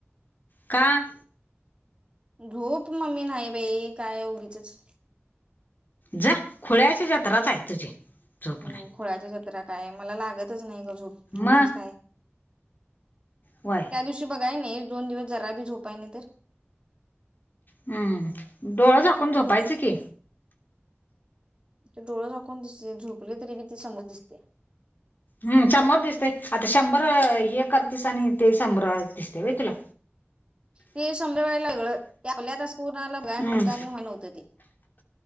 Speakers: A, on the left; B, on the right.
A: का?
B: झोप मम्मी नाही बाई, काय उगीचच
A: जा खोळ्याची जत्राच आहे, तुझी झोप
B: हम्
A: नाही
B: खोळ्याची जत्रा काय, मला लागतच नाही क झोप.
A: मग
B: उगीच काय,
A: वय
B: त्या दिवशी बघाय नाही दोन दिवस जरा बी झोपाय नाही ते.
A: हम्म! डोळ झाकून झोपायचं की
B: त डोळळे झाकून दिसते झोपले तरी बी ती समोर दिसत्या.
A: हम् शंभर दिसतय, आता शंभर हे करतेस आणि ते शंभर दिसते होई तुला
B: ते समजावायला लागळ आपल्या तास कोरोनाला भया
A: हम्म
B: नव्हतं आणि व नवतं ते.